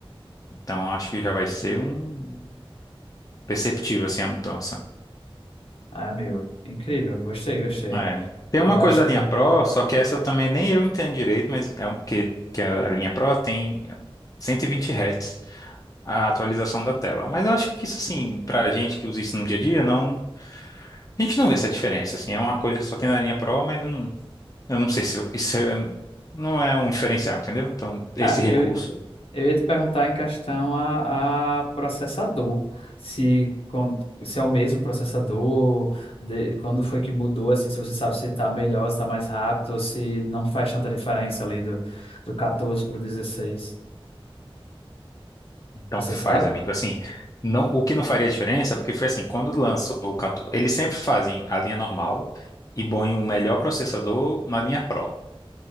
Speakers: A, on the left; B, on the left.
A: Então acho que já vai ser um perceptível assim a mudança.
B: Ah, amigo, incrível. Gostei, gostei.
A: É. Tem uma
B: Eu
A: coisa
B: acho
A: da
B: que.
A: linha Pro,
B: Uhum.
A: só que essa eu também nem eu entendo direito, mas é o que, que a linha Pro tem 120 Hz a atualização da tela. Mas eu acho que isso assim, pra gente que usa isso no dia a dia, não, a gente não vê essa diferença assim. É uma coisa que só tem na linha Pro, mas hum, eu não sei se isso é- não é um diferencial, entendeu? Então esse
B: Ah,
A: recurso
B: eu, Eu ia te perguntar em questão a, a processador, se, con- se é o mesmo processador, de- quando foi que mudou, assim, se você sabe se está melhor, se está mais rápido, ou se não faz tanta diferença ali do, do 14 para o 16.
A: Então
B: Você
A: faz,
B: sabe?
A: amigo. Assim, não, o que não faria diferença, porque foi assim, quando lançou o 14, eles sempre fazem a linha normal e põem o melhor processador na linha Pro.